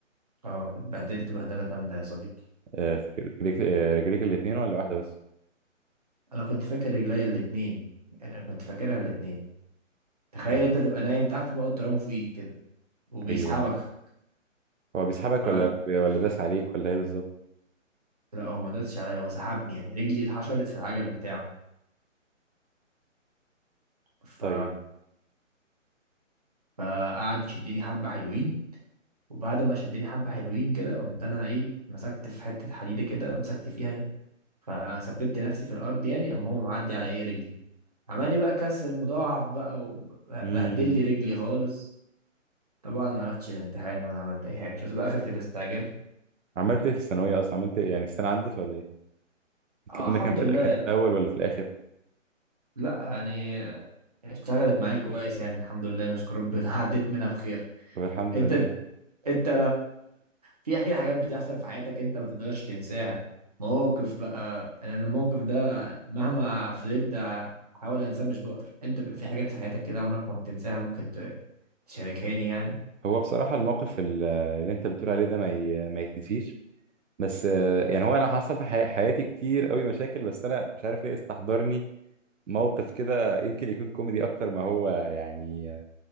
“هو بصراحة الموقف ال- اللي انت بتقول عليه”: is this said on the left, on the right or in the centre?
Right